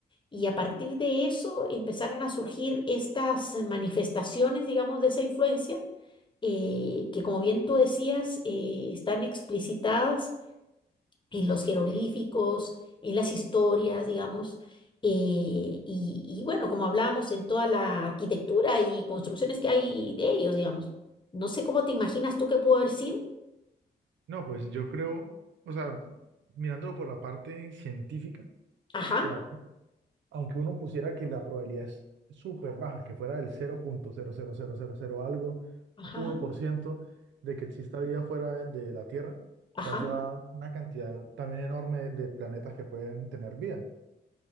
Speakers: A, on the left (about 25°); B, on the right (about 80°).
A: Y a partir de eso empezaron a surgir estas manifestaciones, digamos, de esa influencia, eh, que como bien tú decías, eh, están explicitadas en los jeroglíficos, en las historias, digamos, eh, y, y bueno, como hablamos en toda la arquitectura y construcciones que hay de ellos, digamos. No sé cómo te imaginas tú que pudo haber sido.
B: No, pues yo creo, o sea, mirándolo por la parte científica,
A: Ajá,
B: o sea, aunque uno pusiera que la probabilidad es súper baja, que fuera del cero punto cero cero cero cero cero algo,
A: ajá,
B: uno por ciento de que exista vida fuera de la Tierra,
A: ajá,
B: o sea, eso da una cantidad también enorme de planetas que pueden tener vida.